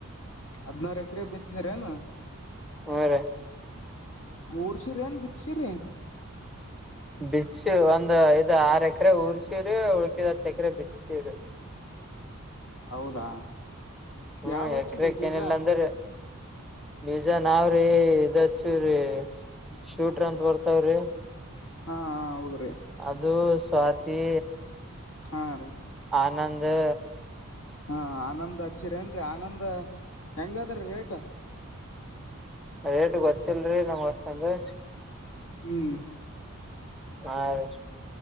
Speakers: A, on the left (about 70°); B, in the centre.
A: ಹದ್ಿನಾರ ಎಕರೆ ಬತಿದ್ರನಾ
B: ಹ್ಮ ರೀ
A: ಊರ್ಸಿರಿ ಏನ್ ಬಿತ್ಸಿರಿ
B: ಬಿಸ ಒಂದ ಇದ್ ಆರ್ ಎಕರೆ ಊರ್ ಸೀರ ಉಳ್ಕಿದ್ ಹತ್ತು ಎಕರೆ ಬಿಸ ಸೀರಿ
A: ಹೌದಾ
B: ಹ್ಮ್
A: ಯಾವ ಹಚ್ಚಿರಿ
B: ಎಕ್ರಕ
A: ಬೀಜ
B: ಏನಿಲ್ಲ ಅಂದ್ರೆ ಬೀಜಾ ನಾವ ರೀ ಇದಚು ರ ಶೂಟ್ರ ಅಂತ ಬರ್ತಾವ್ರಿ
A: ಹಾ ಹಾ ಹೌದ್ರಿ
B: ಅದು ಸ್ವಾತಿ
A: ಹಾ ರೀ
B: ಇನ್ನಂದು
A: ಹಾ ಆನಂದ್ ಹಚ್ಚಿರ ಏನ್ೀ ಆನಂದ ಹೆಂಗದ್ರೀ ರೇಟ್
B: ರೇಟ್ ಗೊತ್ತಲ್ರಿ ನಮ್ ಅಷ್ಟಂದು
A: ಹ್ಮ್
B: ಹಾ ರೀ